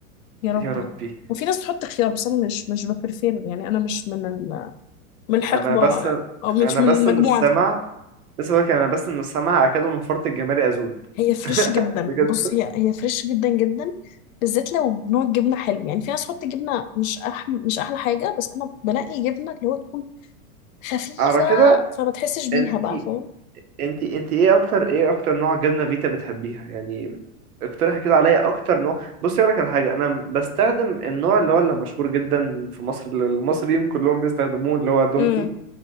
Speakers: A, on the left; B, on the right.
A: يا ربي
B: يا ربي
A: وفي ناس بتحط خيار بس انا مش مش ببرفير يعني انا مش من ال- من الحقبه
B: انا بس
A: او مش
B: انا
A: من
B: بس
A: المجموعه
B: ان السمع
A: دي
B: لسه بقولك انا بس ان السمع اكاد من فرط الجمال اذوب
A: هي فريش
B: <laughs>
A: جدا
B: بجد
A: بص هي هي فريش جدا جدا بالذات لو نوع الجبنه حلو يعني في ناس تحط جبنه مش أحم... مش احلى حاجه بس انا بنقي جبنه اللي هو تكون خفيفه
B: على كده
A: فما تحسش بيها
B: انت
A: بقى فاهم
B: انت انت ايه اكتر ايه اكتر نوع جبنه فيتا بتحبيها يعني اقترحي كده عليا اكتر نوع بصي اقولك على حاجه انا بستخدم النوع اللي هو اللي مشهور جدا في مصر اللي المصريين كلهم بيستخدموه اللي هو دومتي
A: امم